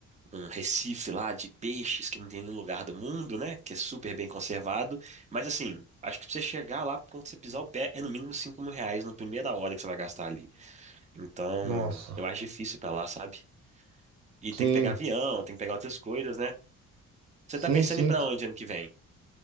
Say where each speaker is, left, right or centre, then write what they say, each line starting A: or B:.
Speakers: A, on the right (about 25°); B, on the right (about 65°).
A: um recife lá de peixes que não tem em nenhum lugar do mundo, né? Que é super bem conservado. Mas assim, acho que pra você chegar lá, quando você pisar o pé, é no mínimo cinco mil reais na primeira hora que você vai gastar ali. Então,
B: Nossa,
A: eu acho difícil ir pra lá, sabe? E
B: sim,
A: tem que pegar avião, tem que pegar outras coisas, né? Você
B: sim,
A: tá pensando
B: sim.
A: em ir pra onde ano que vem?